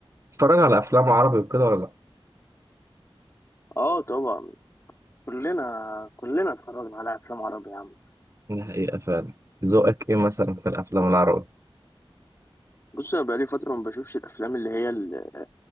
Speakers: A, on the right; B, on the left.
A: بتتفرج على افلام عربي وكده ولا لا
B: اه طبعا كلنا كلنا اتفرجنا على افلام عربي يا عم
A: دي حقيقة فعلا ذوقك ايه مثلا في الافلام العربي
B: بص انا بقالي فتره ما بشوفش الافلام اللي هي ال-